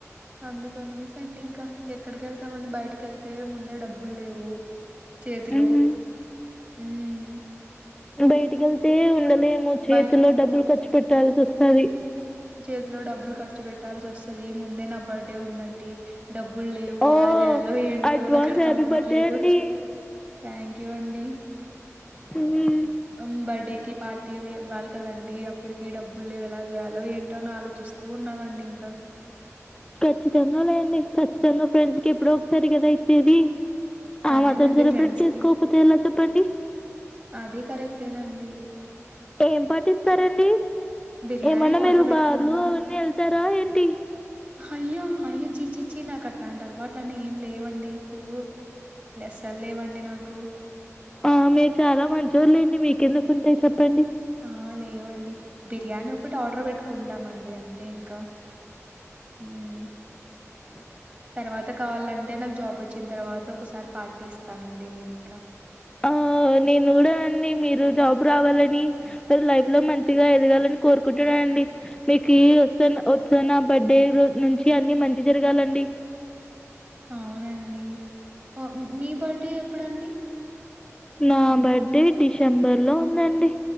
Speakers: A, on the right; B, on the left.
A: అందుకనేసి అండి ఇంకా ఇంకెక్కడికి వెళ్తామండి బయటికి వెళ్తే ముందే డబ్బులు లేవు చేతిలో
B: మ్మ్.
A: హుమ్
B: బయటికి వెళ్తే ఉండలేము చేతుల్లో
A: బయట
B: డబ్బులు ఖర్చు పెట్టాల్సి వస్తాది
A: చేతిలో డబ్బులు ఖర్చు పెట్టాల్సి వస్తది ముందే నా బర్త్డే ఉందండి డబ్బులు లేవు
B: ఓ
A: ఎలా చేయాలో ఏంటో
B: అడ్వాన్స్
A: నాకు అర్థం
B: హ్యాపీ
A: అవ్వట్లేదు
B: బర్త్డే అండి
A: థ్యాంక్ యూ అండి
B: మ్మ్.
A: ఉమ్ బర్డే కి పార్టీ అవి ఇవ్వాలి కదండి అప్పటికి డబ్బులు లేవు ఎలా చేయాలి అవి ఏంటో అని ఆలోచిస్తూ ఉన్నానండి ఇంకా
B: ఖచ్చితంగా లేండి ఖచ్చితంగా ఫ్రెండ్స్ కి ఎప్పుడో ఒకసారి కదా ఇచ్చేది ఆ
A: అదేనండి
B: మాత్రం సెలబ్రేట్
A: ఫ్రెండ్స్
B: చేసుకోకపోతే
A: కి
B: ఎలా చెప్పండి
A: అది కరెక్టే నండి
B: ఏం పార్టీ ఇస్తారండి
A: బిర్యానీ
B: ఏమన్నా
A: ఆర్డర్
B: మీరు
A: పెట్టుకుందాం
B: బార్లు అవన్నీ వెళ్తారా ఏంటి
A: అయ్యో అయ్యో చీచిచ్చి నాకు అట్లాంటి అలవాట్లని ఏం లేవండి తూ లెస్సలు లేవండి నాకు
B: ఆ మీరు చాలా మంచోళ్ళు లేండి మీకెందుకు ఉంటాయి చెప్పండి
A: ఆ లేవండి బిర్యానీ ఒకటి ఆర్డర్ పెట్టుకుంటామండి అంతే ఇంకా హుమ్
B: అ <unintelligible>
A: తర్వాత కావాలంటే నాకు జాబ్ వచ్చిన తర్వాత ఒకసారి పార్టీ ఇస్తానండి నేను ఇంకా
B: ఆ ఓ నేను కూడా అండి మీకు జాబ్ రావాలని మీ లైఫ్ లో మంచిగా ఎదగాలని కోరుకుంటున్నా అండి మీకి వస్తున్న వస్తున్న బర్త్డే రోజు నుంచి అన్ని మంచి జరగాలండి <inaudible>
A: అవునండి ఓ మీ బర్త్డే ఎప్పుడండి
B: నా బర్త్డే డిసెంబర్ లో ఉందండి